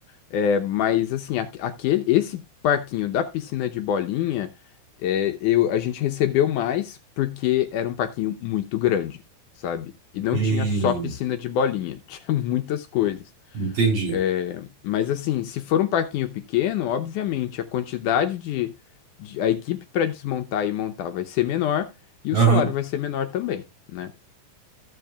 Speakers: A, on the left; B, on the right.
A: é, mas assim, aque- aquele, esse parquinho da piscina de bolinha, é, eu, a gente recebeu mais porque era um parquinho muito grande, sabe? E não
B: e-
A: tinha só piscina de bolinha, <laughs> tinha muitas coisas.
B: entendi.
A: É, mas assim, se for um parquinho pequeno, obviamente a quantidade de, de- a equipe para desmontar e montar vai ser menor e o
B: Aham,
A: salário vai ser menor também, né?